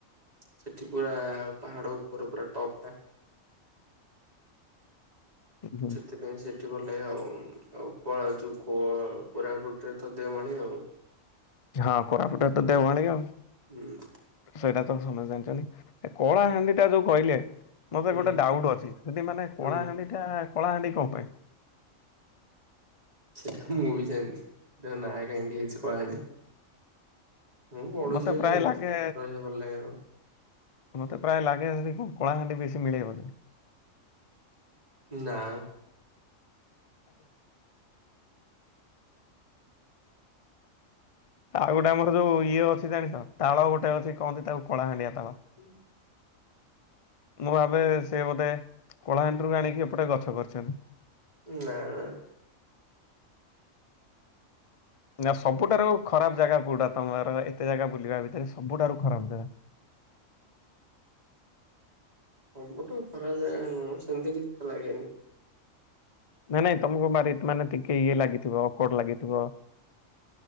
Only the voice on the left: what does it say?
ହୁଁ।
ହଁ କୋରାପୁଟାରେତ ଦେଓମାଳି ଆଉ।
ସେଇଟା ତ ସମସ୍ତେ ଜାଣିଛନ୍ତି କଳାହାଣ୍ଡିଟା ଯୋଉ କହିଲେ ମତେ
ଗୋଟେ ଡାଉଟ୍ ଅଛି। ସେଠି ମାନେ କଳାହାଣ୍ଡି
ଟା କଳାହାଣ୍ଡି କଣ ପାଇଁ?
ମତେ
ପ୍ରାୟ
ଲାଗେ
ମତେ ପ୍ରାୟ ଲାଗେ ସେଠି କ କଳାହାଣ୍ଡି ବେଶୀ ମିଳେଇବ ମୋତେ।
ଆଉ ଗୋଟେ ଆମର ଯୋଉ ଇଏ ଅଛି ଜାଣିଛ ତାଳ ଗୋଟେ ଅଛି କହନ୍ତି ତାକୁ କଳାହାଣ୍ଡିଆ ତାଳ।
ମୁଁ ଭାବେ ସେ ବୋଧେ କଳାହାଣ୍ଡିରୁ ଆଣିକି ଏପଟେ ଗଛ କରିଛନ୍ତି।
ନା ସବୁଠାରୁ ଖରାପ ଜାଗା କୋଉଟା ତମର ଏତେ ଜାଗା ବୁଲିବା ଭିତରେ ସବୁଠାରୁ ଖରାପ ଜାଗା।
ନାଇଁ ନାଇଁ ତମକୁ ମାରି ମାନେ ଟିକେ ଇଏ ଲାଗିଥିବ ଅକଉଡ ଲାଗିଥିବ।